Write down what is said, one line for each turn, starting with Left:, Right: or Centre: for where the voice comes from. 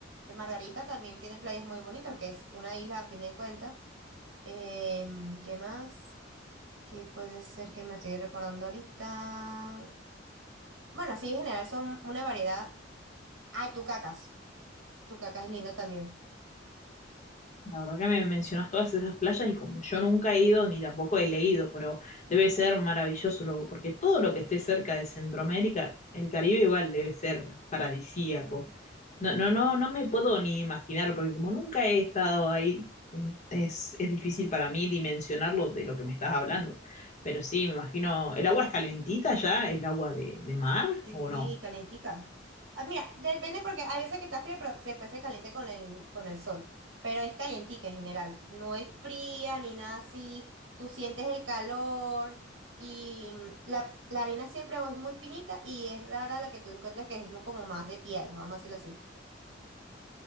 Right: Eh, Margarita también tiene playas muy bonitas porque es una isla a fin de cuentas. Em, ¿qué más? que puede ser que me estoy recordando ahorita. Bueno, así en general son una variedad. Ay, tucacas. Tucacas es lindo también.
Left: La verdad que me mencionas todas esas playas y como yo nunca he ido ni tampoco he leído, pero debe ser maravilloso luego, porque todo lo que esté cerca de Centroamérica, el Caribe igual debe ser paradisíaco.
Right: Ujú.
Left: No, no, no, no me puedo ni imaginar, porque como nunca he estado ahí, en- es, es difícil para mí dimensionarlo de lo que me estás hablando. Pero sí, me imagino, ¿el agua es calentita ya? ¿El agua de, de mar
Right: Sí,
Left: o no?
Right: calentica Ah, mira, depende porque hay veces que está fría, pero después se caliente con el, con el sol. Pero es calientica en general. No es fría ni nada así. Tú sientes el calor y mm, la, la arena siempre o es muy finita y es rara la que tú encuentres que es mo- como más de piedra, vamos a decirlo así.